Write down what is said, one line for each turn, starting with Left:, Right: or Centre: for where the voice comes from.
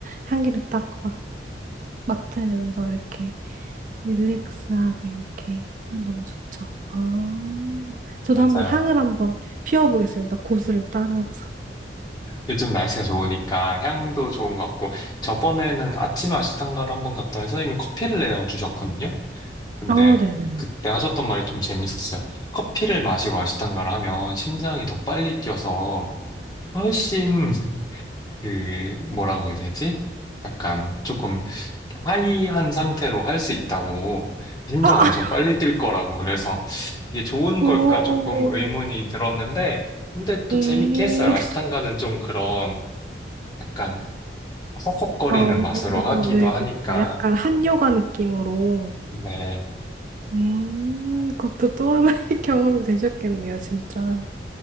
Right: 향기를 딱 막 맡으면서 이렇게. 릴렉스하게 이렇게 하면 너무 좋죠. 아, 저도
Left: 맞아요.
Right: 한번 향을 한번 피워보겠습니다. 고수를 따라서.
Left: 요즘 날씨가 좋으니까 향도 좋은 것 같고 저번에는 아침 아시탄가를 한번 갔더니 선생님이 커피를 내어 주셨거든요. 근데
Right: 어, 네네네.
Left: 그때 하셨던 말이 좀 재밌었어요. 커피를 마시고 아시탄가를 하면 심장이 더 빨리 뛰어서 훨씬 그 뭐라고 해야 되지? 약간 조금 하이한 상태로 할 수 있다고 심장
Right: 아,
Left: 엄청 빨리 뛸 거라고 그래서 이게 좋은
Right: 오,
Left: 걸까 조금 의문이 들었는데 근데 또
Right: 음,
Left: 재밌게 했어요. 아시탄가는 좀 그런 약간 허걱거리는
Right: 어,
Left: 맛으로 하기도
Right: 네,
Left: 하니까,
Right: 그쵸. 약간 한요가 느낌으로.
Left: 네,
Right: 음, 그것도 또 하나의 <laughs> 경험이 되셨겠네요, 진짜.